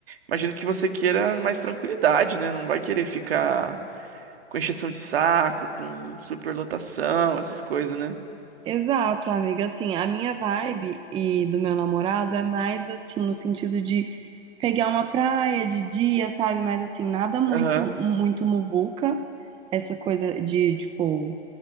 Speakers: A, on the right; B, on the right.
A: imagino que você queira mais tranquilidade, né? Não vai querer ficar com encheção de saco, com superlotação, essas coisas, né?
B: Exato, amiga. Assim, a minha vibe e do meu namorado é mais assim, no sentido de pegar uma praia de dia, sabe? Mas assim, nada muito,
A: Aham.
B: muito muvuca. Essa coisa de, tipo,